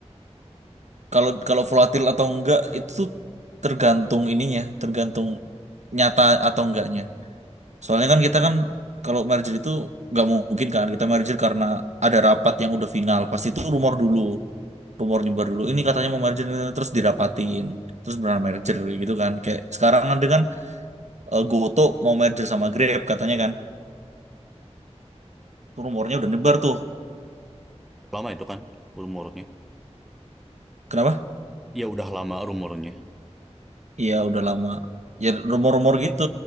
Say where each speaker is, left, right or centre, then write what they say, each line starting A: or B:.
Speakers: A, on the right; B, in the centre.
A: Kalau kalau volatil atau enggak itu tuh tergantung ininya, tergantung nyata atau enggaknya. Soalnya kan kita kan kalau merger itu nggak mungkin kan kita merger karena ada rapat yang udah final. Pasti itu rumor dulu, rumor nyebar dulu. Ini katanya mau merger terus dirapatin, terus benar merger kayak gitu kan. Kayak sekarang kan dia kan eh, GoTo mau merger sama Grab katanya kan. Tuh rumornya udah nyebar tuh.
B: Lama itu kan rumornya.
A: Kenapa?
B: Ya udah lama rumornya.
A: Iya udah lama. Ya rumor-rumor gitu